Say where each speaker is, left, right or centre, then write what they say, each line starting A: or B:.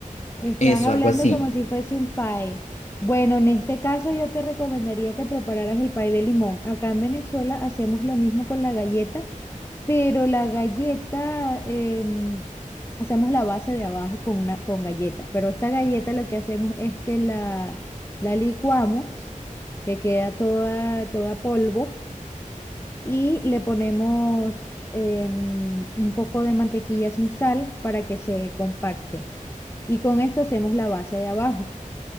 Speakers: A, on the left (about 20°); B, on the left (about 55°).
A: Estás
B: eso,
A: hablando
B: algo así.
A: como si fuese un pay. Bueno, en este caso yo te recomendaría que prepararas el pay de limón. Acá en Venezuela hacemos lo mismo con la galleta, pero la galleta em, hacemos la base de abajo con una con galleta. Pero esta galleta lo que hacemos es que la, la licuamos, que queda toda, toda polvo y le ponemos em, un poco de mantequilla sin sal para que se compacte. Y con esto hacemos la base de abajo.